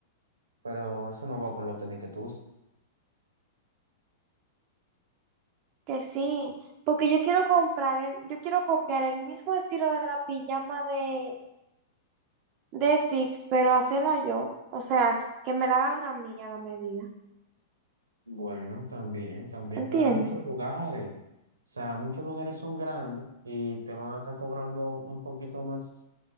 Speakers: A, on the right (about 75°); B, on the right (about 40°).
A: pero eso no va con los tenis que tú usas.
B: que sí, porque yo quiero comprar el, yo quiero copiar el mismo estilo de la pijama de, de Fix, pero hacerla yo, o sea, que me la hagan a mí a la medida,
A: Bueno, también, también,
B: ¿entiendes?
A: pero hay muchos lugares. O sea, muchos lugares son grandes y te van a estar cobrando un poquito más,